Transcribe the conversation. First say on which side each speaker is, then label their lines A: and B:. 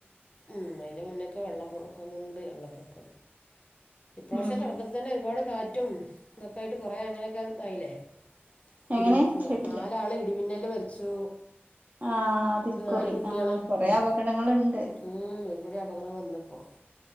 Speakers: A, on the left; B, on the right.
A: ഉം അയിന് മുന്നേക്കെ വെള്ളപ്പൊൺ ക്കം കൊണ്ട് വെള്ളപ്പൊക്കം ഇപ്രാവശ്യം
B: ഉം
A: തൊടക്കത്തി തന്നെ ഒരുപാട് കാ റ്റും ഇതൊക്കായിട്ട് കൊറേ അങ്ങനൊക്കെതായില്ലേ
B: എങ്ങനെ
A: ഇടിം ആ
B: കേട്ടില്ല
A: നാലാള് മിന്നലില് മരിച്ചു
B: ആഹ് അതിക്കുറി
A: ഒരു നാല് കുട്ടികള്
B: ആഹ് കൊറേ
A: ഉം
B: അപകടങ്ങള്ണ്ട്
A: ഉം ഒരുപാട് അപകടങ്ങൾ വന്നിപ്പോ